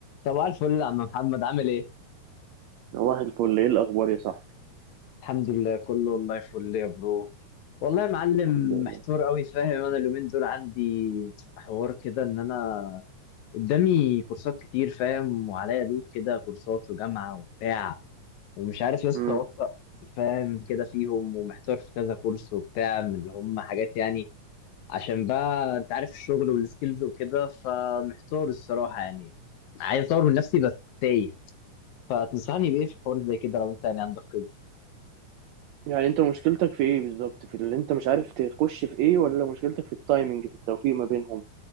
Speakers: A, on the left; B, on the right.
A: صباح الفل يا عم محمد عامل ايه؟
B: صباح الفل ايه الاخبار يا صاحبي
A: الحمد لله كله والله فل يا برو والله يا معلم
B: الحمد لله
A: محتار قوي فاهم انا اليومين دول عندي حوار كده ان انا قدامي كورسات كتير فاهم وعليا لود كده كورسات وجامعة وبتاع ومش عارف يا اسطى
B: امم
A: اوفق فاهم كده فيهم ومحتار في كذا كورس وبتاع من اللي هم حاجات يعني عشان بقى انت عارف الشغل والسكيلز وكده فمحتار الصراحة يعني عايز اطور من نفسي بس تايه فتنصحني بايه في حوار زي كده لو انت يعني عندك خبرة
B: يعني انت مشكلتك في ايه بالظبط في اللي انت مش عارف تخش في ايه ولا مشكلتك في التايمنج في التوفيق ما بينهم